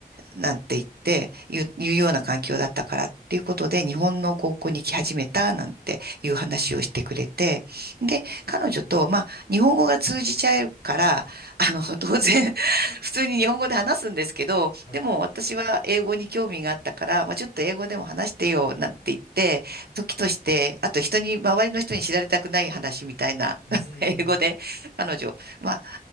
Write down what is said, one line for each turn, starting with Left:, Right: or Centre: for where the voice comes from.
Right: なんて言って言う、言うような環境だったからっていうことで、日本の高校に来始めたなんていう話をしてくれて、で、彼女と、まあ、日本語が通じちゃうから、あの、当然、<laughs> 普通に日本語で話すんですけど、
Left: はい。
Right: でも私は英語に興味があったから、まあ、ちょっと英語でも話してよなんて言って、時として、あと人に、周りの人に知られたくない話みたいな
Left: うん。
Right: <laughs> 英語で、彼女、まあ、